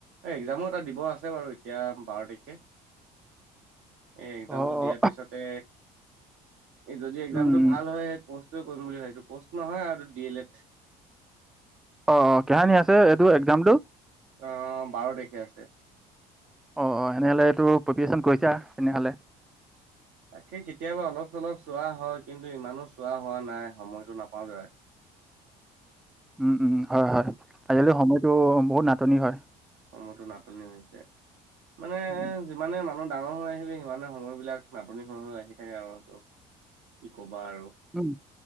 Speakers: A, on the right (about 75°); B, in the centre.
A: একজামো এটা দিব আছে বাৰু এতিয়া বা'ৰ তাৰিখে
B: <unintelligible>
A: এ একজামটো
B: অ'
A: দিয়াৰ
B: অ
A: পিছতে এ যদি একজামটো
B: উম উম,
A: ভাল হয় কউষ্ট কৰিম বুলি ভাবিছো কউ'ষ্ট নহয় আৰু ডি এল এড
B: অ অ কেহানী আছে এইটো একজামটো
A: অ বা'ৰ তাৰিখে আছে
B: অ অ তেনেহ'লে এইটো প্ৰিপিয়েচন কৰিছা তেনেহ'লে
A: তাকেই কেতিয়াবা অলপ চলপ চোৱা হয় কিন্তু ইমানো চোৱা হোৱা নাই সময়তটো নাপাওঁ যে
B: উম উম হয় হয়
A: উম,
B: আজিকালি সময়টো বহুত নাটনি হয়
A: সময়তো নাটনি হৈছে মানে
B: উম
A: যিমানে মানুহ ডাঙৰ হৈ আহিবি সিমানে সময়বিলাক নাটনি হৈ হৈ আহি থাকে আৰু সেইটো কি কম বাৰু,
B: উম।